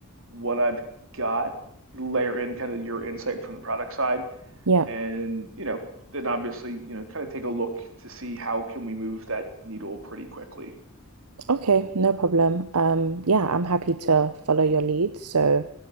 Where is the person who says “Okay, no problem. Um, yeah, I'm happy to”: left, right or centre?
Right